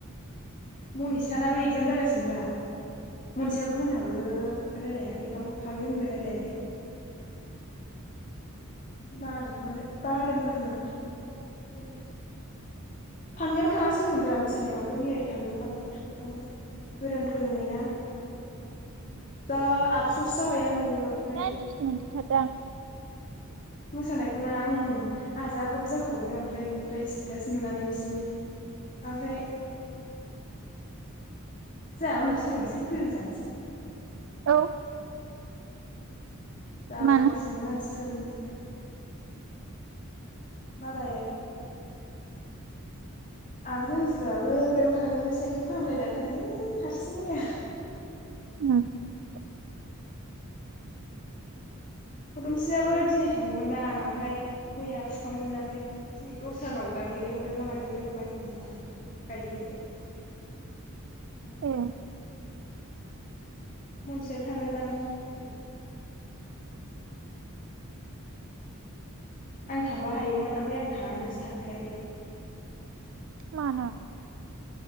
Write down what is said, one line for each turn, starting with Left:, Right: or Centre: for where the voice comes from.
Left: मनिसानाबो इगजाम जागासिनो दा मनिसा मोनहाबो रायलायाखै रावबो फामेमोनबो रायलायाखै मालायबा मानो बादों खोमा ओखायनो फामियाबो
Right: दाइन
Left: थाङासिनोमोनदा मोसानायाव ओमफाय मैयानो थांदों फामिया थांबाय गोदान फोरोंनाय ना जा आपसस जाबाय आङो ओमफ्राय
Right: दाइनथासो मोनथारदां
Left: मोसानायखौ ना ओम आहा जा लब जाहरबावबाय ओमफ्राय बिनिफ्राय स्टेटास नुनानै बिसिनि ओमफ्राय जाहा उनाव सोलोंसै फोरोंजानोसै
Right: औ
Left: जा
Right: मानो
Left: गोसोमोन आं सोलोंनो मालाय आब' रनजुआबो बेयाव थांनोनो साइकेल फाहामलायना थांदों हारसिं मैया
Right: <unintelligible>
Left: फदमस्रियाबो दिनै थांगौमोनदां आमफ्राय मैया फुखांबायमोन आमफ्राय दिनै दस्रानाव गायनो लिंहरदोंना मादोंनो माइ खामला ओमफ्राय गायहैबाय नोंबा थांगौमोन
Right: ए
Left: आं ‌ मनिसायाबो थांगोनदां दिनै आं थांबा हायोमोन आमफाय आं थाङा होननासो थांफायाखै
Right: मानो?